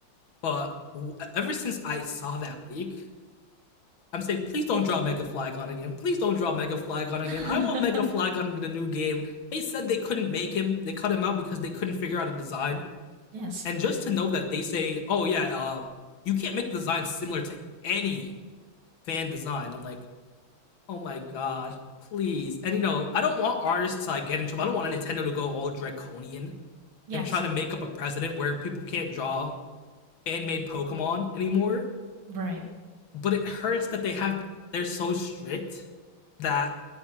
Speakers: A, on the left (about 70°); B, on the right (about 75°).
A: But w- ever since I saw that leak, I'm saying please don't draw Mega Flygon again. Please don't draw Mega Flygon again.
B: <laughs>
A: I want Mega Flygon in the new game. They said they couldn't make him. They cut him out because they couldn't figure out a design.
B: yes.
A: And just to know that they say, "Oh yeah, uh, you can't make designs similar to any fan design." I'm like, "Oh my god, please!" And you know, I don't want artists to like, get in trouble. I don't want Nintendo to go all draconian
B: Yes.
A: and try to make up a precedent where people can't draw fan-made Pokemon anymore.
B: Right.
A: But it hurts that they have they're so strict that